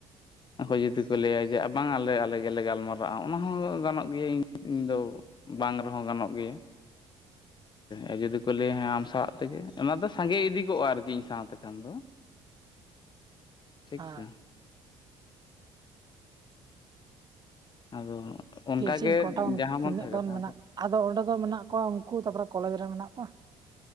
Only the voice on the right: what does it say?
ᱦᱮᱸ
ᱛᱤᱠ ᱪᱷᱤᱧ ᱠᱚᱱᱴᱟᱝ ᱟᱢ
ᱛᱤᱱᱟᱹᱜ
ᱜᱟᱱ
ᱢᱮᱱᱟᱜ ᱟᱫᱚ ᱚᱸᱰᱮ ᱫᱚ ᱢᱮᱱᱟᱜ ᱠᱚᱣᱟ ᱩᱱᱠᱩ ᱛᱟᱯᱚᱨᱮ ᱠᱚᱞᱮᱡᱽ ᱨᱮ ᱢᱮᱱᱟᱜ ᱠᱚᱣᱟ